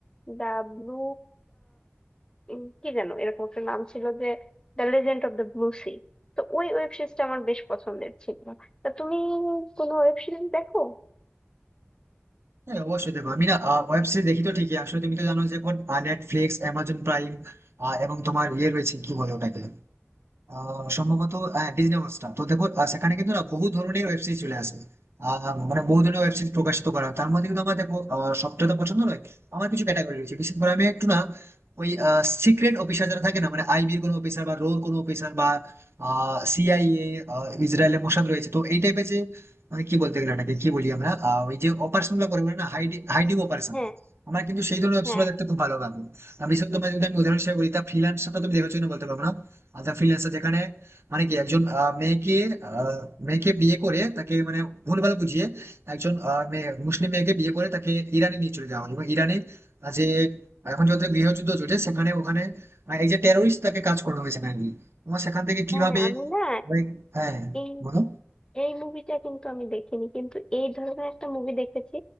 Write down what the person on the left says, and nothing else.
দা ব্লু উম কি যেন এরকম একটা নাম ছিল যে the legend of the blue sea তো ওই ওয়েব সিরিজটা আমার বেশ পছন্দের ছিল তা তুমি কোনো ওয়েব সিরিজ দেখো
হ্যাঁ
হ্যাঁ
হ্যাঁ আমি না
এই
এই মুভিটা কিন্তু আমি দেখিনি কিন্তু এই ধরনের একটা মুভি দেখেছি